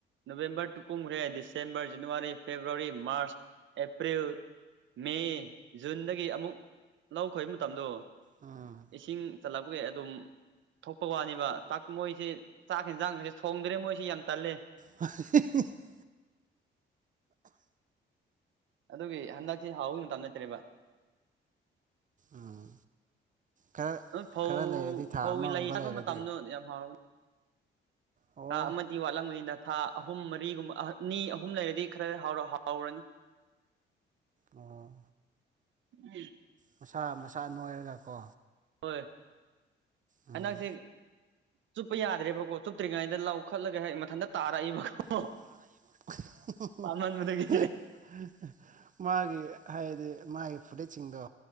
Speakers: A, on the right (about 70°); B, on the right (about 40°).
A: ꯅꯕꯦꯝꯕꯔ ꯇꯨ ꯀꯨꯝꯈ꯭ꯔꯦ December January February March April May ꯖꯨꯟꯗꯒꯤ ꯑꯃꯨꯛ ꯂꯧꯈꯣꯏꯕ ꯃꯇꯝꯗꯣ
B: ꯎꯝ
A: ꯏꯁꯤꯡ ꯆꯠꯂꯛꯄꯒꯤ ꯑꯗꯨꯝ ꯊꯣꯛꯄ ꯋꯥꯅꯦꯕ ꯆꯥꯛ ꯃꯣꯏꯁꯤ ꯆꯥꯛ ꯌꯦꯟꯖꯥꯡꯁꯦ ꯊꯣꯡꯗ꯭ꯔꯦ ꯃꯣꯏꯁꯤ ꯌꯥꯝ ꯇꯜꯂꯦ
B: ꯍ <inaudible>
A: ꯑꯗꯨꯒꯤ ꯍꯟꯗꯛꯁꯦ ꯍꯥꯎꯕꯩ ꯃꯇꯝ ꯂꯩꯇ꯭ꯔꯦꯕ
B: ꯎꯝ ꯈꯔ
A: ꯐꯧ
B: ꯈꯔ ꯂꯩꯔꯗꯤ ꯊꯥ
A: ꯐꯧꯒꯤ
B: ꯑꯃꯒꯨꯝꯕ
A: ꯂꯩ ꯆꯠꯄ
B: ꯂꯩꯔꯗꯤ
A: ꯃꯇꯝꯗꯣ ꯌꯥꯝ ꯍꯥꯎꯔꯕ
B: ꯑꯣ
A: ꯊꯥ ꯑꯃꯗꯤ ꯋꯥꯠꯂꯝꯕꯅꯤꯅ ꯊꯥ ꯑꯍꯨꯝ ꯃꯔꯤꯒꯨꯝꯕ ꯑꯅꯤ ꯑꯍꯨꯝ ꯂꯩꯔꯗꯤ ꯈꯔ ꯍꯥꯎꯔ ꯍꯥꯎꯔꯅꯤ
B: ꯑꯣ
A: ꯎꯝ <unintelligible>
B: ꯃꯁꯥ ꯃꯁꯥ ꯅꯣꯏꯔꯒ ꯀꯣ
A: ꯍꯣꯏ
B: ꯎꯝ
A: ꯍꯟꯗꯛꯁꯦ ꯆꯨꯞꯄ ꯌꯥꯗ꯭ꯔꯦꯕꯀꯣ ꯆꯨꯞꯠꯇ꯭ꯔꯤꯉꯩꯗ ꯂꯧ ꯈꯠꯂꯒ ꯍ ꯃꯊꯟꯇ ꯇꯥꯔꯛꯏꯕꯀꯣ
B: ꯇꯔꯥ <unintelligible>
A: ꯄꯥꯃꯟꯕꯗꯒꯤ
B: ꯃꯥꯒꯤ ꯍꯥꯏꯗꯤ ꯃꯥꯒꯤ ꯐꯨꯔꯤꯠꯁꯤꯡꯗꯣ